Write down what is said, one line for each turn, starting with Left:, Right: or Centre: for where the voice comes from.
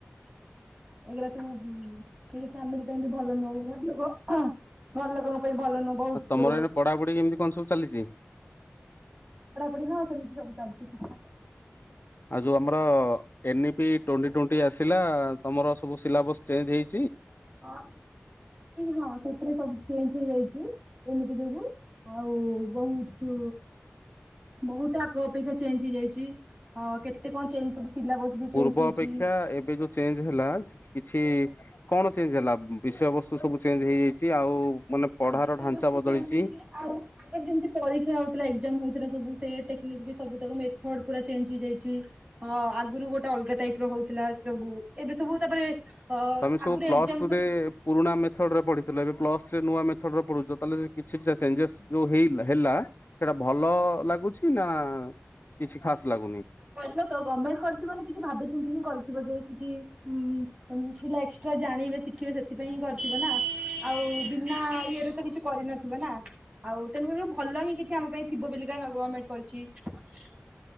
Right: <inaudible> ଏଗୁରା ସବୁ ସେ ଫ୍ୟାମିଲି ପାଇଁ ବି ଭଲ ନୁହଁବ ଘରର ଲୋକ ସେ ଭଲ ନୁହଁ ବହୁତ
Left: ଆଉ ତମର ଏଇନେ ପଢାପଢି କେମିତି କଣ ସବୁ ଚାଲିଛି?
Right: ପଢାପଢି ହଁ ସେମତି ସବୁ ଚାଲିଛି ଠିକଠାକ।
Left: ଆଉ ଯୋଉଁ ଆମର ଏନିପି ଟୋଣ୍ଟି ଟୋଣ୍ଟି ଆସିଲା ତମର ସବୁ ସିଲାବସ୍ ଚେଞ୍ଜ ହେଇ
Right: ହଁ ହଁ ସେଥିରେ ସବୁ ଚେଞ୍ଜ ହେଇଯାଇଛି। ଏମିତି ଯୋଗୁଁ ଆଉ ବହୁତୁ ବହୁତ ଆଗ ଅପେକ୍ଷା ଚେଞ୍ଜ ହେଇଯାଇଛି। ଅ କେତେ କ'ଣ ଚେଞ୍ଜ ସବୁ ସିଲାବସ୍ ବି ଚେଞ୍ଜ
Left: ପୂର୍ବ
Right: ହେଇଛି
Left: ଅପେକ୍ଷା ଏବେ ଯୋଉଁ ଚେଞ୍ଜ ହେଲା କିଛି କଣ ଚେଞ୍ଜ ହେଲା ବିଷୟବସ୍ତୁ ସବୁ ଚେଞ୍ଜ ହେଇଯାଇଛି ଆଉ ମାନେ ପଢାର
Right: ଏଇ
Left: ଢାଞ୍ଚା
Right: ବର୍ଷ
Left: ବଦଳିଛି।
Right: ଚେଞ୍ଜ ହେଇଛି। ଆଗରୁ ଯେମତି ପରୀକ୍ଷା ହଉଥିଲା ଏଗଇମ୍ ହୋଉଥିଲା ସବୁ ସେ ଟେକ୍ନିକ ବି ସବୁତକ ମେଥଡ ପୁରା ଚେଞ୍ଜ ହେଇଯାଇଛି। ଆଗରୁ ଗୋଟେ ଅଲଗା ଟାଇପ ର ହଉଥିଲା ସବୁ ଏବେ ସବୁ ତାପରେ ଅ
Left: ତମେ ସବୁ
Right: ଆଗରୁ
Left: ପ୍ଲସ ଟୁ
Right: ସବୁ
Left: ରେ ପୁରୁଣା ମେଥଡ ରେ ପଢିଥିଲ ଏବେ ପ୍ଲସ୍ ନୂଆ ମେଥଡରେ ପଡୁଛ। ତାହେଲେ କିଛି ଚେଞ୍ଜେସ ଯୋଉଁ ହେଇ ହେଲା ସେଇଟା ଭଲ ଲାଗୁଛି ନା କିଛି ଖାସ୍ ଲାଗୁନି
Right: ଭଲ ତ ଗମେଣ୍ଟ କରିଚି ମାନେ କିଛି ଭାବିଚିନ୍ତି ହିଁ କରିଥିବ ଯେ ଯେ ମଁ ପିଲା ଏକ୍ସଟ୍ରା ଜାଣିବେ ଶିଖିବେ ସେଥିପାଇଁ ହିଁ କରିଥିବ ନା ଆଉ ନା ଇଏରେ ତ କିଛି କରିନଥିବ ନା ଆଉ ତେଣୁକରି ଭଲ ହିଁ କିଛି ଆମ ପାଇଁ ଥିବ ବୋଲି କରଣ ଗମେଣ୍ଟ କରି ଚି।